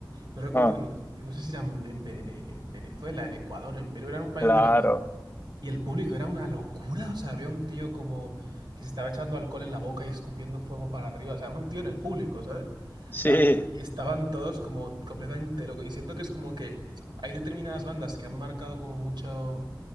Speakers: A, on the right; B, on the left.
A: no recuerdo,
B: ah,
A: no, no sé si era en, Vene- en Venezuela, en Ecuador, en Perú, era un país
B: claro,
A: de la y el público era una locura. O sea, había un tío como que se estaba echando alcohol en la boca y escupiendo fuego para arriba. O sea, un tío en el público, ¿sabes? O
B: sí,
A: sea, y estaban todos como completamente locos. Y siento que es como que hay determinadas bandas que han marcado como mucho,